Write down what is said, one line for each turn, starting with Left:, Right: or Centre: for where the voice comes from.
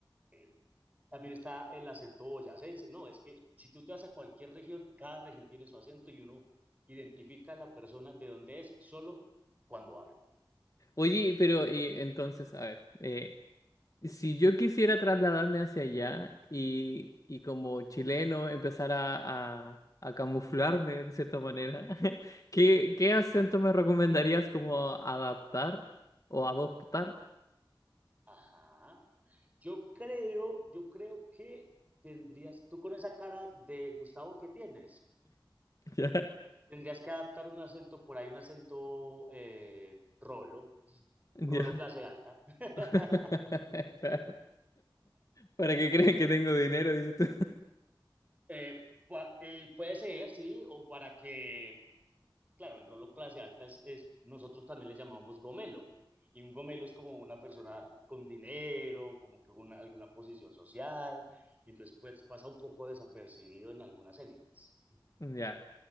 Right: eh, también está el acento boyacense. No, es que si tú te vas a cualquier región, cada región tiene su acento y uno identifica a la persona de dónde es solo cuando habla.
Left: Oye, pero y entonces, a ver, eh, si yo quisiera trasladarme hacia allá y, y como chileno empezar a, a, a camuflarme de cierta manera, <laughs> ¿qué, qué acento me recomendarías como adaptar o adoptar?
Right: Ajá. Yo creo, yo creo que tendrías, tú con esa cara de Gustavo que tienes,
Left: <laughs> Ya,
Right: tendrías que adaptar un acento por ahí, un acento eh, rolo,
Left: ya.
Right: rolo clase alta. <laughs>
Left: <laughs> Claro. Para que crean que tengo dinero, dices tú.
Right: Eh, pa- eh, puede ser, sí, o para que claro, el rolo clase alta es, es, nosotros también le llamamos gomelo, y un gomelo es como una persona con dinero, como que una, alguna posición social, y entonces pues pasa un poco desapercibido en algunas élites.
Left: Ya.